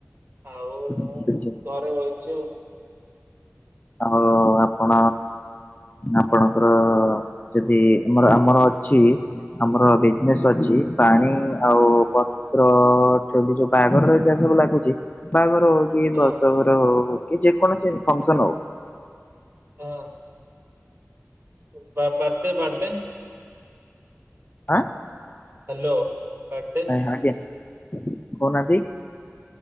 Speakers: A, on the right; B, on the left.
A: ଆଉ
B: ଚାଲିଛି?
A: ଘରେ ବହିଚି ଆଉ।
B: ଆଉ ଆପଣ ଆପଣଙ୍କର ଯଦି ଆମର ଆମର ଅଛି ଆମର ବିଜେନେସ୍ ଅଛି ପାଣି ଆଉ ତ୍ର ଯୋଉ <unintelligible> ବାହାଘରରେ ଯାହା ସବୁ ଲାଗୁଚି ବାହାଘର ହ କି ବତ୍ରଘର
A: ହଁ
B: ହଉ କି ଯେକୌଣସି ଫଙ୍କସନ ହଉ
A: ହଁ। ଉବା ବାଡେ ବାଡେ
B: <unintelligible> ଆଁ
A: ହାଲୋ ବାଡେ
B: ଆ ଆ୍ଞା କହୁ ନାହାନ୍ତି?